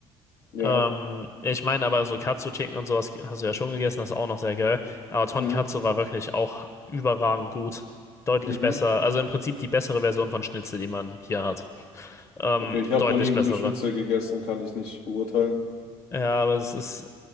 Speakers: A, on the left; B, on the left.
A: ja.
B: Ähm, ich meine aber so Katsu-Chicken und sowas hast du ja schon gegessen, das ist auch noch sehr geil. Aber Tonkatsu
A: Mhm.
B: war wirklich auch überragend gut. Deutlich
A: Mhm.
B: besser, also im Prinzip die bessere Version von Schnitzel, die man hier hat. Ähm,
A: Okay, ich habe
B: deutlich
A: noch nie ein
B: bessere.
A: gutes Schnitzel gegessen, kann ich nicht beurteilen.
B: Ja, aber es ist,